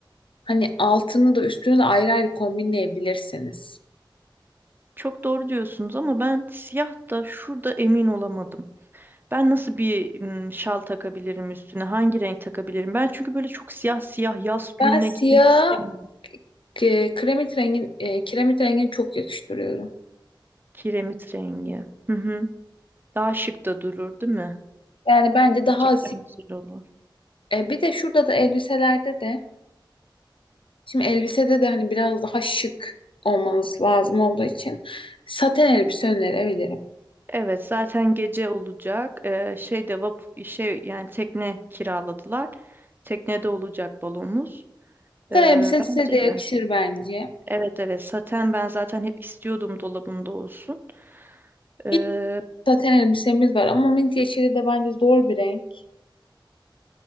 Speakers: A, on the left; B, on the right.
A: hani altını da üstünü de ayrı ayrı kombinleyebilirsiniz.
B: Çok doğru diyorsunuz ama ben siyah da şurada emin olamadım. Ben nasıl bir mm, şal takabilirim üstüne? Hangi renk takabilirim? Ben çünkü böyle çok siyah siyah yaz gününe
A: Ben siyah
B: gitmek istemiyorum.
A: e, kremit rengin e, kiremit rengini çok yakıştırıyorum.
B: Kiremit rengi. Hı hı. Daha şık da durur, değil mi?
A: Yani bence daha
B: Gerçekten
A: asil.
B: güzel olur.
A: E, bir de şurada da elbiselerde de şimdi elbisede de hani biraz daha şık olmanız lazım olduğu için saten elbise önerebilirim.
B: Evet, zaten gece olacak. Ee, şeyde vap şey yani tekne kiraladılar. Teknede olacak balonumuz. Ee,
A: Saten elbise
B: bence
A: size de yakışır
B: de.
A: bence.
B: Evet evet saten ben zaten hep istiyordum dolabımda olsun. Ee,
A: Mint saten elbisemiz var ama mint yeşili de bence zor bir renk.